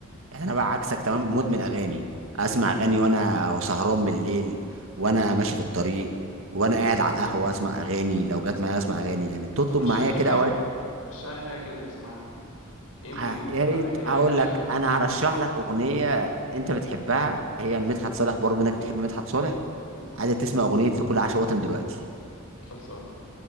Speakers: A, on the right (about 65°); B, on the left (about 70°).
A: يعني انا بقى عكسك تمام مدمن اغاني اسمع
B: مم.
A: اغاني وانا سهران بالليل وانا ماشي في الطريق وانا
B: مم.
A: قاعد على القهوه اسمع اغاني لو جت معايا اسمع اغاني يعني بتطلب
B: طب رشح
A: معايا كده
B: لي حاجة
A: اوقات
B: رشح لي حاجة كده نسمعها يمكن
A: ه-
B: مثلا
A: يا ريت
B: أر- يرجع
A: هقول
B: شغفي
A: لك انا هرشح لك اغنيه انت بتحبها هي مدحت صالح برضه منك بتحب مدحت صالح
B: مم.
A: عايزه تسمع اغنيه لكل عاشق وطن دلوقتي
B: خلصان